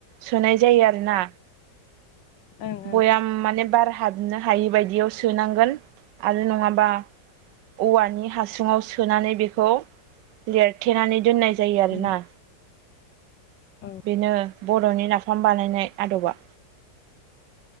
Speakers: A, on the right; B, on the left.
A: सोनाय जायो आरोना।
B: ओं ओं
A: बयाम माने बार हाबनो हायि बायदियाव सोनांगोन आरो नङाबा औवानि हासुङाव सोनानै बेखौ लेरथेनानै दोननाय जायो आरोना।
B: उम औ
A: बेनो बर'नि नाफाम बानायनाय आदबा